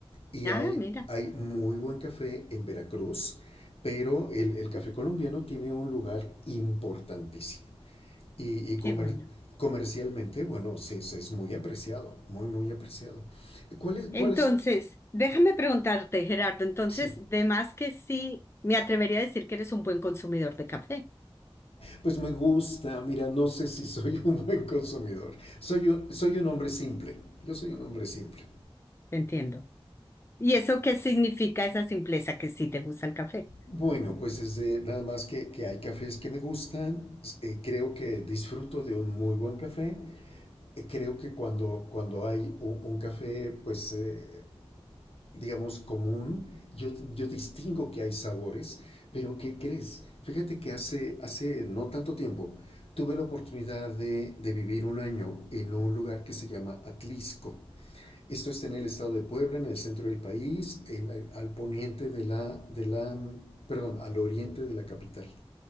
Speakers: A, on the left (about 80°); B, on the left (about 25°).
A: Y
B: Ah,
A: hay,
B: mira,
A: hay muy buen café en Veracruz, pero el, el café colombiano tiene un lugar importantísimo y, y
B: qué
A: comer,
B: bueno.
A: comercialmente, bueno, sí, es, es, muy apreciado, muy, muy apreciado. ¿Cuál es, ¿Cuál
B: Entonces,
A: es?
B: déjame preguntarte, Gerardo, entonces,
A: Sí,
B: de más que sí, me atrevería a decir que eres un buen consumidor de café.
A: pues me gusta, mira, no sé si soy <laughs> un buen consumidor, soy un, soy un hombre simple, yo soy un hombre simple.
B: Te entiendo. ¿Y eso qué significa esa simpleza que sí te gusta el café?
A: Bueno, pues es de, nada más que, que, hay cafés que me gustan, eh, creo que disfruto de un muy buen café, eh, creo que cuando, cuando hay un, un café, pues... Eh, digamos, común. Yo, yo distingo que hay sabores, pero ¿qué crees? Fíjate que hace, hace no tanto tiempo tuve la oportunidad de, de vivir un año en un lugar que se llama Atlisco. Esto está en el estado de Puebla, en el centro del país, en- al poniente de la, de la, perdón, al oriente de la capital.